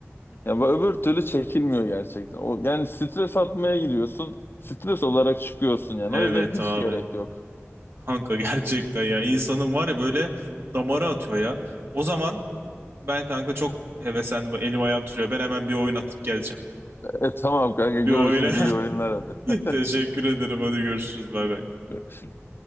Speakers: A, on the right (about 55°); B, on the left (about 50°).
A: Hı hı.
B: Ya bu öbür türlü çekilmiyor gerçekten. O, yani stres atmaya gidiyorsun. Stres olarak çıkıyorsun yani.
A: Evet
B: O yüzden hiç
A: abi.
B: gerek yok.
A: Kanka gerçekten ya insanın var ya böyle damara atıyor ya. O zaman Ben kanka çok heveslendim. Bak Elim ayağım tutuyor. Ben hemen bir oyun atıp geleceğim.
B: E, tamam kanka görüşürüz
A: Bir oyuna.
B: iyi oyunlar hadi.
A: <laughs> Teşekkür ederim. Hadi görüşürüz. Bay bay.
B: <laughs>